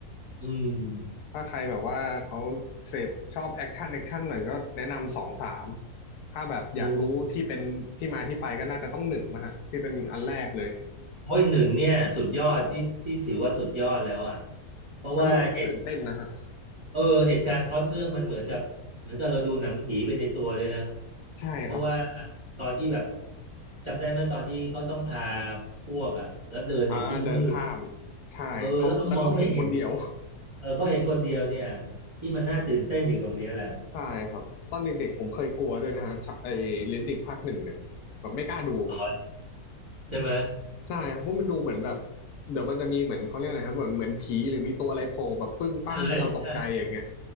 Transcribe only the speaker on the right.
อืม
อืมโอ้ยหนึ่งเนี่ยสุดยอดที่ที่ถือว่าสุดยอดแล้วอ่ะเพราะว่าเหตุ
เออเหตุการณ์พล็อตเรื่องมันเหมือนกับเหมือนกับเราดูหนังผีไปในตัวเลยนะ
เพราะว่าตอนที่แบบจำได้ไหมตอนที่เขาต้องพาพวกอ่ะแล้วเดินในที่มืด
เออแล้วก็มองไม่เห็นเออเขาเห็นคนเดียวเนี่ยที่มันน่าตื่นเต้นอยู่ตรงเนี้ยแหละ
อ๋อใช่ไหม
ใช่ใช่